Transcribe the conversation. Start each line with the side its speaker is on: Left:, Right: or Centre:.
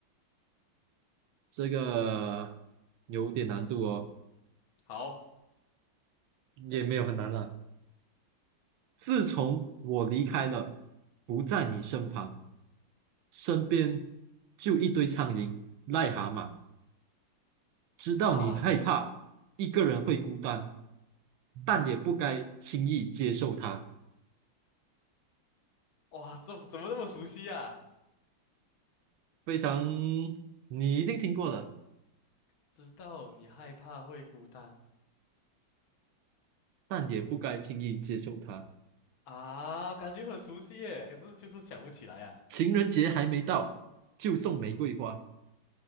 Right: 这个有点难度哦，
Left: 好
Right: 也没有很难了。自从我离开了，不在你身旁，身边就一堆苍蝇、癞蛤蟆。知道你害怕一个人会孤单，
Left: 啊，
Right: 但也不该轻易接受它。
Left: 哇，这怎么那么熟悉啊？
Right: 非常，你一定听过了，
Left: 知道你害怕会孤单
Right: 但也不该轻易接受它。
Left: 啊，感觉很熟悉耶，可是就是想不起来啊。
Right: 情人节还没到，就送玫瑰花；